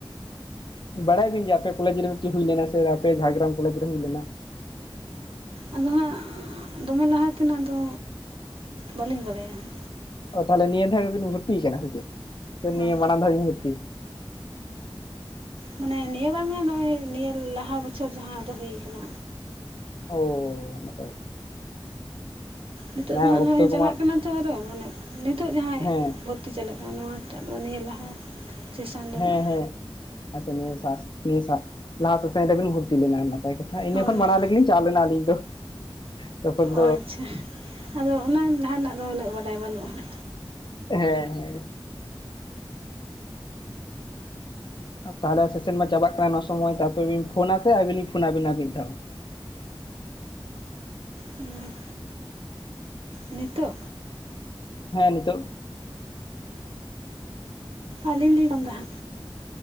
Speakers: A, on the left (about 55°); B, on the right (about 80°).
A: ᱵᱟᱰᱟᱭᱟᱵᱤᱱ ᱡᱮ ᱟᱯᱮ ᱠᱚᱞᱮᱡ ᱨᱮ ᱢᱤᱫᱴᱤᱱ ᱦᱩᱭ ᱞᱮᱱᱟ ᱥᱮ ᱟᱯᱮ ᱡᱷᱟᱲᱜᱨᱟᱢ ᱠᱚᱞᱮᱡ ᱨᱮ ᱦᱩᱭ ᱞᱮᱱᱟ
B: ᱟᱫᱚ ᱦᱟᱸᱜ ᱫᱚᱢᱮ ᱞᱟᱦᱟ ᱛᱮᱱᱟᱜ ᱫᱚ ᱵᱟᱹᱞᱤᱧ ᱵᱟᱰᱟᱭᱟ ᱦᱟᱸᱜ
A: ᱚ ᱛᱟᱦᱚᱞᱮ ᱱᱤᱭᱟᱹ ᱫᱷᱟᱣ ᱜᱮᱵᱤᱱ ᱵᱷᱚᱨᱛᱤᱭ ᱟᱠᱟᱱᱟ ᱥᱮ ᱪᱮᱫ ᱥᱮ
B: ᱦᱳᱭ
A: ᱱᱤᱭᱟᱹ ᱢᱟᱲᱟᱝ ᱫᱷᱟᱣ ᱵᱤᱱ ᱵᱷᱩᱨᱛᱤ
B: ᱢᱟᱱᱮ ᱱᱤᱭᱟᱹ ᱵᱟᱨ ᱢᱟ ᱱᱚᱜᱼᱚᱭ ᱱᱤᱭᱟᱹ ᱞᱟᱦᱟ ᱵᱚᱪᱷᱚᱨ ᱡᱟᱦᱟᱸ ᱟᱫᱚ ᱦᱩᱭ ᱟᱠᱟᱱᱟ
A: ᱚ ᱱᱟᱯᱟᱭ ᱜᱮ
B: ᱱᱤᱛᱚᱜ ᱫᱚ
A: ᱦᱮᱸ
B: ᱦᱟᱸᱜ ᱱᱚᱜᱼᱚᱭ
A: ᱚᱠᱛᱚ ᱠᱚᱢᱟ
B: ᱪᱟᱞᱟᱜ ᱠᱟᱱᱟ ᱛᱚ ᱟᱨᱚ ᱢᱟᱱᱮ ᱱᱤᱛᱚᱜ ᱡᱟᱦᱟᱸᱭ
A: ᱦᱮᱸ
B: ᱵᱷᱚᱛ ᱛᱤ ᱪᱟᱞᱟᱜ ᱠᱟᱱᱟ ᱱᱚᱣᱟ ᱴᱟᱜ ᱫᱚ ᱱᱤᱭᱟᱹ ᱞᱟᱦᱟ ᱥᱮᱥᱟᱱ ᱨᱮᱱᱟᱜ
A: ᱦᱮᱸ ᱦᱮᱸ ᱟᱪ ᱪᱷᱟ ᱱᱤᱭᱟᱹ ᱥᱟᱥ ᱱᱤᱭᱟᱹ ᱥᱟᱜ ᱞᱟᱦᱟ ᱥᱩᱥᱟᱱ ᱨᱮᱵᱤᱱ ᱵᱷᱩᱨᱛᱤ ᱞᱮᱱᱟ ᱱᱟᱯᱟᱭ ᱠᱟᱛᱷᱟ ᱤᱱᱟᱹ
B: ᱦᱳᱭ
A: ᱠᱷᱚᱱ ᱢᱟᱲᱟᱝ
B: ᱦᱳᱭ
A: ᱨᱮᱜᱮ ᱞᱤᱧ ᱪᱟᱣ ᱞᱮᱱᱟ ᱟᱹᱞᱤᱧ ᱫᱚ ᱛᱚᱠᱷᱚᱱ
B: ᱚ ᱟᱪ ᱪᱷᱟ ᱟᱫᱚ ᱚᱱᱟ ᱞᱟᱦᱟ ᱨᱮᱱᱟᱜ ᱫᱚ ᱩᱱᱟᱹᱜ ᱵᱟᱰᱟᱭ ᱵᱟᱹᱱᱩᱜᱼᱟ ᱦᱟᱸᱜ
A: ᱦᱮᱸ ᱦᱮᱸ ᱛᱟᱦᱚᱞᱮ ᱥᱮᱥᱮᱱ ᱢᱟ ᱪᱟᱵᱟᱜ ᱠᱟᱱᱟ ᱚᱱᱟ ᱥᱚᱢᱚᱭ ᱛᱟᱯᱚ ᱵᱤᱱ ᱯᱷᱚᱱᱟ ᱥᱮ ᱟᱹᱵᱤᱱ ᱞᱤᱧ ᱯᱷᱚᱱᱟ ᱵᱤᱱᱟ ᱢᱤᱫ ᱫᱷᱟᱣ
B: ᱦᱚᱸ ᱱᱤᱛᱚᱜ
A: ᱦᱮᱸ ᱱᱤᱛᱚᱜ
B: ᱟᱞᱤᱧ ᱞᱤᱧ ᱨᱚᱱ ᱫᱟ ᱦᱟᱸᱜ᱾